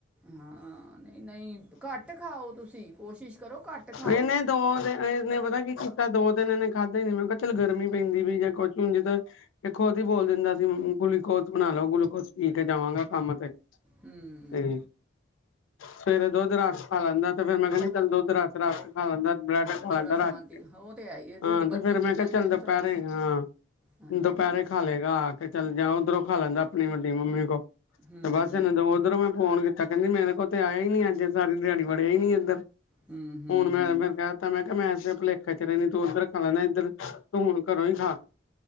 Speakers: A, in the centre; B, on the left.
A: ਹਾਂ, ਨਹੀਂ ਨਹੀਂ ਘੱਟ ਖਾਓ ਤੁਸੀਂ ਕੋਸ਼ਿਸ਼ ਕਰੋ ਘੱਟ ਖਾਓ
B: ਇਹਨੇ ਦੋ ਦੇਅਨ <unintelligible> ਏਸਨੇ ਪਤਾ ਕੀ ਕੀਤਾ ਦੋ ਦਿਨ ਇਨੇ ਖਾਧਾ ਹੀ ਨੀ ਮੈਂ ਕਿਹਾ ਚੱਲ ਗਰਮੀ ਪੈਂਦੀ ਪੀ ਜਾ ਕੋਛ ਹੁਣ ਜਿੱਦਾਂ ਏ ਖੋਦ ਹੀ ਬੋਲ ਦਿੰਦਾ ਸੀ ਮਨੂ ਗਲੂਕੋਜ ਬਣਾ ਲਓ, ਗਲੂਕੋਜ ਪੀ ਕੇ ਜਾਵਾਂਗਾ ਕੰਮ ਤੇ
A: ਹਮ
B: ਤੇ ਸਵੇਰੇ ਦੁੱਧ ਰਾਸ ਖਾ ਲੈਂਦੈ ਤੇ ਫੇਰ ਮੈਂ ਕਿਹਾ ਨੀ ਚੱਲ ਦੋਧ ਰਾਸ ਰਸ ਖਾ ਲੈਂਦਾ ਬਰੈਡ ਖਾ
A: ਹਾਂ, ਥੋੜਾ
B: ਲੈਂਦਾ
A: ਸ਼ਾਂਤੀ
B: ਰੱਜ ਕੇ
A: ਉਹ ਤੇ ਹੈ ਹੀ ਹੈ ਦੁੱਧ
B: ਹਾਂ, ਤੇ
A: ਬੱਚੇ
B: ਫੇਰ
A: ਪੀ
B: ਮੈਂ ਕਿਹਾ
A: ਜਾਂਦੇ
B: ਚੱਲ
A: ਆ ਨਾ
B: ਦੋਪੈਰੇ
A: ਥੋੜਾ
B: ਹਾਂ
A: ਹਾਂਜੀ
B: ਦੁਪਹਿਰੇ ਖਾ ਲਏਗਾ ਆ ਕੇ ਚੱਲ ਜਾ ਉੱਧਰੋਂ ਖਾ ਲੈਂਦਾ ਆਪਣੀ ਵੱਡੀ ਮੰਮੀ ਕੋ,
A: ਹੂੰ
B: ਤੇ ਬਸ
A: ਹੂੰ
B: ਇਹਨਾਂ ਦੇ ਉੱਧਰੋਂ ਮੈਂ ਫੋਨ ਕ ਤੇ ਕਹਿੰਦੀ ਮੇਰੇ ਕੋ ਤੇ ਆਇਆ ਹੀ ਨੀ ਅੱਜ ਸਾਰੀ ਦਿਹਾੜੀ ਵੜਿਆ ਹੀ ਨੀ ਇੱਧਰ,
A: ਹੂੰ ਹੂੰ
B: ਹੁਣ ਮੈਂ
A: ਹੂੰ
B: ਮੈਂ ਕਹਿ ਕਿਹਤਾ ਮੈਂ ਕਿਹਾ ਮੈਂ ਤੇ ਭੁਲੇਖੇ ਚ ਰਹਿਣੀ ਤੂੰ ਉੱਧਰ ਖਾ ਲੈਂਨਾ ਇੱਧਰ, ਤੂੰ ਹੁਣ ਘਰੋਂ ਹੀ ਖਾ